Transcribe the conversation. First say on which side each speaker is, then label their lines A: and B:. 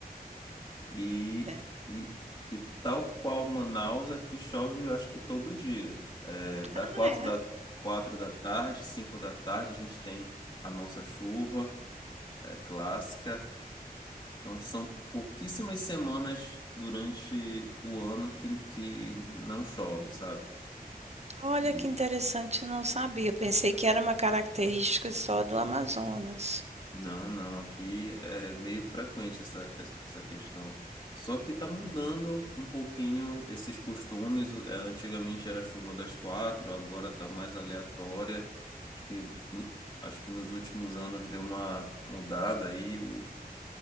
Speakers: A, on the left (about 30°); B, on the right (about 45°).
A: E,
B: é.
A: e, e tal qual Manaus, aqui chove, eu acho que todo dia. É, da
B: Ah,
A: quatro
B: é.
A: da, quatro da tarde, cinco da tarde, a gente tem a nossa chuva, é, clássica. Então, são pouquíssimas semanas durante o ano que, que não chove, sabe?
B: Olha
A: E
B: que interessante, não sabia. Pensei que era uma característica só do Amazonas.
A: Não, não, aqui é meio frequente essa, essa essa questão. Só que está mudando um pouquinho esses costumes. O- é, Antigamente era chuva das quatro, agora está mais aleatória. Acho que, no- acho que nos últimos anos deu uma mudada aí, o-